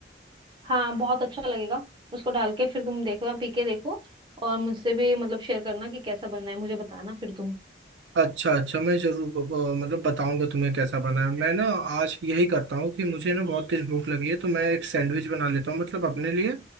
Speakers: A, on the right (about 25°); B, on the right (about 80°).
A: हाँ बहुत अच्छा लगेगा उसको डाल के फिर तुम देखो पी के देखो और मुझसे भी मतलब शेयर करना कि कैसा बनना है मुझे बताना फिर तुम
B: अच्छा अच्छा मैं जरूर ब- ब- मतलब बताऊंगा तुम्हें कैसा बना है मैं ना आज यही करता हूँ कि मुझे ना बहुत तेज भूख लगी है तो मैं एक सैंडविच बना लेता हूँ मतलब अपने लिए